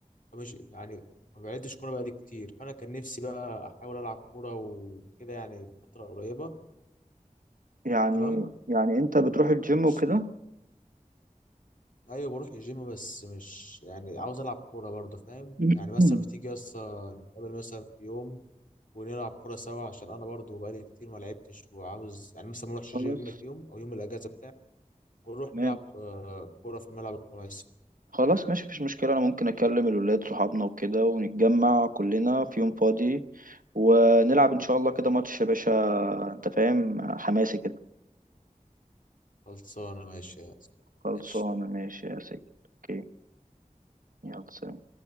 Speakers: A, on the left; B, on the right.
A: مش يعني ما بعدتش كوره بقالي كتير فانا كان نفسي بقى احاول العب كوره وكده يعني في فتره قريبه
B: يعني
A: تمام
B: يعني انت بتروح الجيم وكده
A: مش- ايوه بروح الجيم بس مش يعني عاوز العب كوره برضو فاهم
B: <clears throat>
A: يعني مثلا بتيجي يسطا نتقابل مثلا في يوم ونلعب كوره سوا عشان انا برضو بقالي كتير ما لعبتش وعاوز يعني مثلا ما اروحش
B: خلاص
A: جيم في يوم او يوم الاجازه بتاعي ونروح
B: تمام
A: نلعب آه، كوره في الملعب الخماسي
B: خلاص ماشي مفيش مشكلة أنا ممكن أكلم الولاد صحابنا وكده ونتجمع كلنا في يوم فاضي ونلعب إن شاء الله كده ماتش يا باشا أنت فاهم حماسي كده
A: خلصانه ماشي يا أسلام.
B: خلصانة
A: ماشي
B: ماشي يا سيدي أوكي يلا سلام